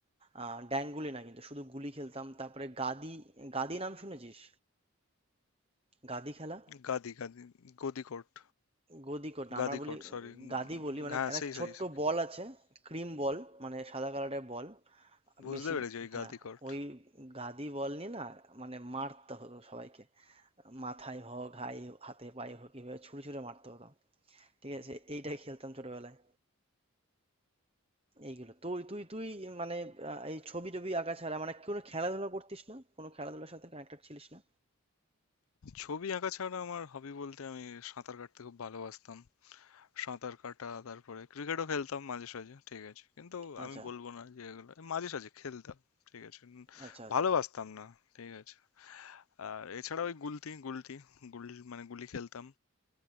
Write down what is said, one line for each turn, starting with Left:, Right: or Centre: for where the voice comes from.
Right: আহ ড্যাং গুলি না কিন্তু শুধু গুলি খেলতাম তারপরে গাদি গাদি নাম শুনেছিস গাদি খেলা
Left: গাদি গাদি গদি কোর্ট
Right: গদি কোড না,
Left: গাদি
Right: আমরা বলি
Left: কোর্ট সরি
Right: গাদি বলি মানে
Left: হ্যাঁ সেই
Right: একটা
Left: সাইজ
Right: ছোট্ট বল আছে ক্রিম বল মানে সাদা কালারের বল
Left: বুঝতে
Right: বেশি
Left: পেরেছি ওই
Right: হ্যাঁ
Left: গাদি কোর্ট
Right: ওই গাদি বল নিয়ে না মানে মারতে হতো সবাইকে মাথায় হোক হাই হাতে পায়ে হোক এভাবে ছুড়ে ছুড়ে মারতে হতো ঠিক আছে এইটাই খেলতাম ছোটবেলায় এইগুলো তুই তুই তুই মানে আহ, এই ছবি টবি আঁকা ছাড়া মানে কোনো খেলাধুলা করতিস না কোনো খেলাধুলার সাথে কানেক্টেড ছিলিস না
Left: ছবি আঁকা ছাড়া আমার হবি বলতে আমি সাঁতার কাটতে খুব ভালোবাসতাম সাঁতার কাটা তারপরে ক্রিকেটও খেলতাম মাঝে সাঝে ঠিক আছে কিন্তু
Right: আচ্ছা
Left: আমি বলবো না যে এগুলো মাঝে সাঝে খেলতাম ঠিক আছে উম,
Right: আচ্ছা আচ্ছা
Left: ভালোবাসতাম না ঠিক আছে আর এছাড়া ওই গুলতি গুলতি গুল মানে গুলি খেলতাম